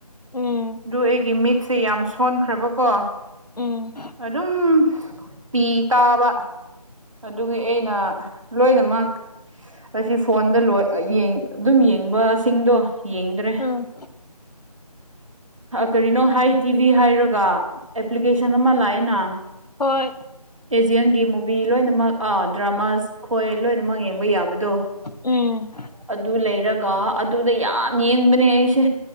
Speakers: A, on the left; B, on the right.
A: ꯎꯝ
B: ꯑꯗꯨ ꯑꯩꯒꯤ ꯃꯤꯠꯁꯦ ꯌꯥꯝ ꯊꯣꯟꯈ꯭ꯔꯕꯀꯣ
A: ꯎꯝ
B: ꯑꯗꯨꯝ ꯄꯤ ꯇꯥꯕ ꯑꯗꯨꯒꯤ ꯑꯩꯅ ꯂꯣꯏꯅꯃꯛ ꯑꯁꯤ ꯐꯣꯟꯗ ꯂꯣꯏ ꯑꯗꯨꯝ ꯌꯦꯡꯕꯁꯤꯡꯗꯣ ꯌꯦꯡꯗ꯭ꯔꯦ
A: ꯎꯝ
B: ꯀꯔꯤꯅꯣ ꯍꯥꯏ ꯇꯤꯚꯤ ꯍꯥꯏꯔꯒ ꯑꯦꯄ꯭ꯂꯤꯀꯦꯁꯟ ꯑꯃ ꯂꯥꯛꯑꯦꯅ
A: ꯍꯣꯏ
B: ꯑꯦꯖꯤꯌꯟꯒꯤ ꯃꯨꯚꯤ ꯂꯣꯏꯅꯃꯛ ꯑꯥ ꯗ꯭ꯔꯃꯥꯥꯁ ꯈꯣꯏ ꯂꯣꯏꯅꯃꯛ ꯌꯦꯡꯕ ꯌꯥꯕꯗꯣ
A: ꯎꯝ
B: ꯑꯗꯨ ꯂꯩꯔꯒ ꯑꯗꯨꯗ ꯌꯥꯝ ꯌꯦꯡꯕꯅꯦ ꯑꯩꯁꯦ